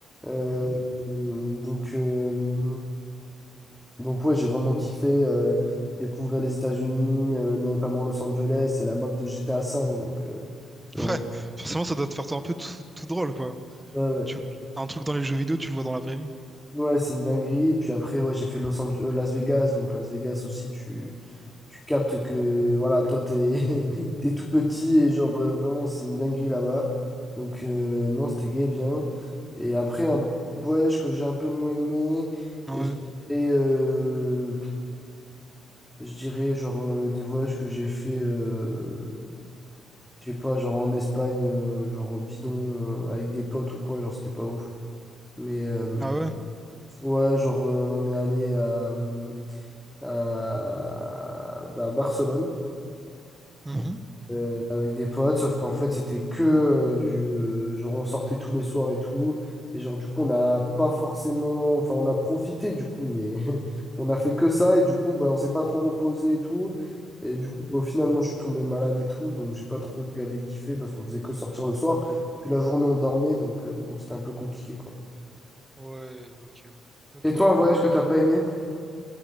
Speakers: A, in the centre; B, on the right.
A: Euh,
B: Mhm.
A: donc, euh, Donc ouais, j'ai vraiment kiffé euh, découvrir les États-Unis, euh, notamment Los Angeles et la map de GTA V. Donc, euh, genre,
B: Ouais, <laughs> forcément, ça doit te faire un peu tout, tout drôle, quoi.
A: ouais, ouais.
B: Tu vois, un truc dans les jeux vidéo, tu le vois dans la vraie vie.
A: Ouais, c'est une dinguerie. Et puis après, ouais, j'ai fait Los Ange- euh, Las Vegas. Donc Las Vegas aussi, tu, tu captes que voilà, toi, t'es <laughs> t'es tout petit et genre euh, vraiment, c'est une dinguerie là-bas. Donc euh, non, c'était gay, bien. Et après, un voyage que j'ai un peu moins aimé.
B: Ouais.
A: Et j'ai fait, euh, je dirais genre euh, des voyages que j'ai fait euh, je sais pas, genre en Espagne, euh, genre au bidon, euh, avec des potes ou quoi, genre c'était pas ouf. Mais euh,
B: Ah ouais.
A: ouais, genre euh, on est allé à, à, bah, à Barcelone.
B: Mhm.
A: euh, avec des potes, sauf qu'en fait, c'était que euh, du... euh, genre, on sortait tous les soirs et tout. Et genre, du coup, on n'a pas forcément... Enfin, on a profité, du coup, mais <laughs> on a fait que ça. Et du coup, bah, on s'est pas trop reposé et tout. Et
B: Ouais.
A: du coup, bah, au final, moi, je suis tombé malade et tout. Donc, j'ai pas trop gavé kiffé parce qu'on faisait que sortir le soir. Puis la journée, on dormait. Donc, euh, bon, c'était un peu compliqué, quoi.
B: Ouais, ok. Ok.
A: Et toi, un voyage que t'as pas aimé?